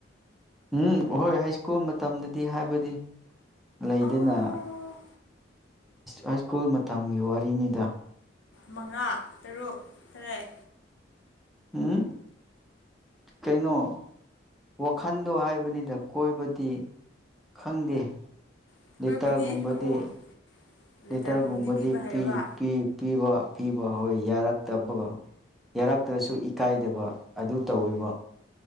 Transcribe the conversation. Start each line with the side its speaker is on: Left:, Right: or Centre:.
Centre: ꯎꯝ ꯍꯣꯏ ꯍꯥꯏ ꯁ꯭ꯀꯨꯜ ꯃꯇꯝꯗꯗꯤ ꯍꯥꯏꯕꯗꯤ ꯂꯩꯗꯅ
Left: ꯑꯣ
Centre: ꯍꯥꯏ ꯁ꯭ꯀꯨꯜ ꯃꯇꯝꯒꯤ ꯋꯥꯔꯤꯅꯤꯗ
Left: ꯃꯉꯥ ꯇꯔꯨꯛ ꯇꯔꯦꯠ
Centre: ꯎꯝ ꯀꯩꯅꯣ ꯋꯥꯈꯟꯗꯣ ꯍꯥꯏꯕꯅꯤꯅ ꯀꯣꯏꯕꯗꯤ ꯈꯪꯗꯦ
Left: ꯑꯩꯈꯣꯏꯕꯨꯗꯤ
Centre: ꯂꯤꯇꯒꯨꯝꯕꯗꯤ
Left: ꯑꯍꯨꯝ ꯂꯦꯇꯔꯒꯨꯝꯕꯗꯤ
Centre: ꯂꯤꯇꯒꯨꯝꯕꯗꯤ
Left: ꯄꯤꯕ ꯍꯩꯕ
Centre: ꯄꯤ ꯄꯤ ꯄꯤꯕ ꯄꯤꯕ ꯍꯣꯏ ꯌꯥꯔꯛꯇꯕꯒ ꯌꯥꯔꯛꯇ꯭ꯔꯁꯨ ꯏꯀꯥꯏꯗꯕ ꯑꯗꯨ ꯇꯧꯋꯦꯕ